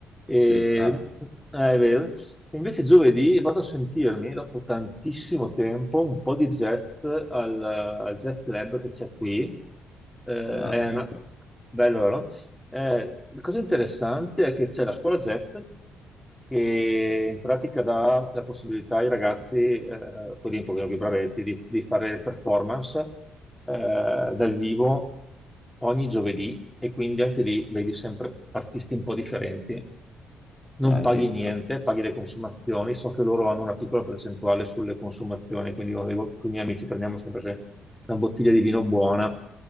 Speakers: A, in the centre; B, on the left.
A: E,
B: Ci sta.
A: ah, è vero. Invece giovedì vado a sentirmi, dopo tantissimo tempo, un po' di jazz al, al jazz club che c'è qui. Eh,
B: Ah,
A: è
B: figo.
A: una- Bello, no? Eh, la cosa interessante è che c'è la scuola jazz che in pratica dà la possibilità ai ragazzi, eh, quelli un pochino più bravetti, di, di fare performance eh, dal vivo ogni giovedì e quindi anche lì vedi sempre artisti un po' differenti non
B: Ah,
A: paghi
B: ci sta.
A: niente, paghi le consumazioni. So che loro hanno una piccola percentuale sulle consumazioni, quindi io dico, con i miei amici prendiamo sempre una bottiglia di vino buona.